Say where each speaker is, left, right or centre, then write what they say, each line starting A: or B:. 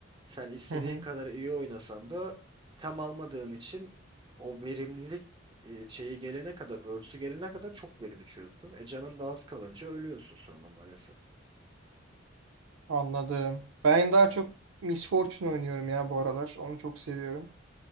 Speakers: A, on the right; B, on the right.
A: Sen istediğin
B: hı. hı.
A: kadar iyi oynasan da tam almadığın için o verimlilik e, şeyi gelene kadar, örsü gelene kadar çok geri düşüyorsun. E canın da az kalınca ölüyorsun sonra maalesef.
B: Anladım. Ben daha çok Miss Fortune oynuyorum ya bu aralar. Onu çok seviyorum.